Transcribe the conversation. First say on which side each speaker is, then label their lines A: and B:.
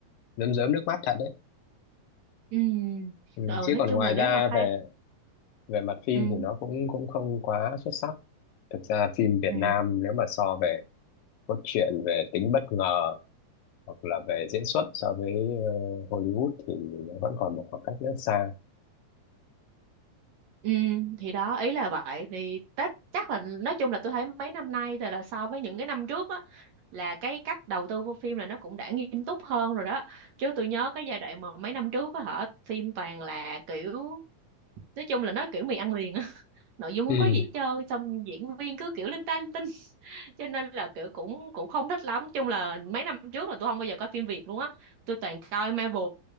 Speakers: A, on the left (about 75°); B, on the right (about 60°).
A: rơm rớm nước mắt thật đấy
B: ừ
A: ừ.
B: ừ ừ
A: chứ
B: nói
A: còn
B: chung
A: ngoài
B: là nếu
A: ra
B: mà khai
A: về về mặt phim
B: ừ
A: thì nó cũng cũng không quá xuất sắc thực ra phim Việt
B: Ừ.
A: Nam nếu mà so về cốt truyện về tính bất ngờ hoặc là về diễn xuất so với ờ, Hollywood thì nó vẫn còn một khoảng cách rất xa
B: Ừ, thì đó ý là vậy thì tất chắc là nói chung là tôi thấy mấy năm nay thì là so với những cái năm trước á là cái cách đầu tư vô phim là nó cũng đã nghiêm túc hơn rồi đó chứ tôi nhớ cái giai đoạn mà mấy năm trước á hả phim toàn là kiểu nói chung là nó kiểu mì ăn liền á <laughs> nội dung không
A: ừ
B: có gì hết trơn xong diễn viên cứ kiểu linh ta linh tinh cho nên là kiểu cũng cũng không thích lắm Nói chung là mấy năm trước là tôi không bao giờ coi phim Việt luôn á tôi toàn coi Marvel